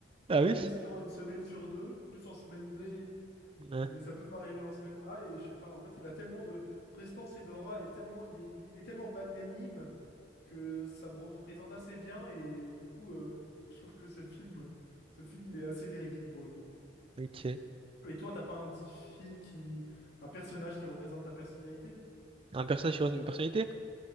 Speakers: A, on the right (about 30°); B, on the left (about 60°).
A: Ah
B: omniscient
A: oui?
B: une semaine sur deux, plus en semaine B,
A: Ouais,
B: mais ça peut m'arriver en semaine A, et je sais pas, en fait, il a tellement de prestance et d'aura, et tellement, il est, il est tellement magnanime que ça me représente assez bien, et du coup, euh, je trouve que ce film, ce film est assez véridique pour le coup.
A: ok.
B: Et toi, t'as pas un petit film qui, un personnage qui représente ta personnalité?
A: Un personnage sur une personnalité?